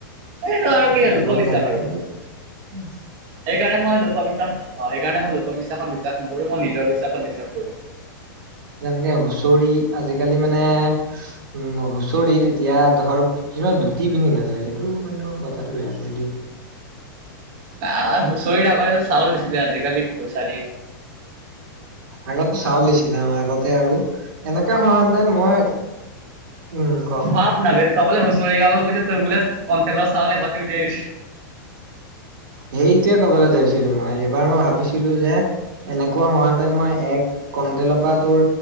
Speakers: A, on the right; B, on the right.
A: সেইটো আৰু
B: তেওঁ
A: কি লোকবিশ্বাস
B: বহুত ভাল পায়।
A: আৰু
B: উম,
A: সেইকাৰণে মই লোকবিশ্বাস সেইকাৰণে মই লোকবিশ্বাসত বিশ্বাস নকৰো, মই নিজৰ বিশ্বাসত বিশ্বাস কৰো।
B: তেনেকে হুচৰি আজিকালি মানে উম হুচৰিত এতিয়া ধৰক কিমান গুটি পিন্ধি নাযায় সেইটো কিন্তু কথাটো বেয়া কৰে দেই।
A: আমাৰ হুঁচৰিত আকৌ চাউল দিছিলে আজিকালি পুচাৰী।
B: আগতে চাউল দিছিলা অ আগতে আৰু এনেকে হোৱাহেতেন মই উম ক
A: ভাপ না বে ত বোলে হুচৰি গাব গৈছ তোক বোলে কণ্ট্ৰলৰ চাউল এবাতি উলিয়াই দিছে।
B: সেইটোয়ে কবলৈ ধৰিছ ছিলো মই এইবাৰ মই ভাবিছিলো যে এনেকুৱা হোৱাহেতেন মই এক কণ্ট্ৰলৰ পৰা তোৰ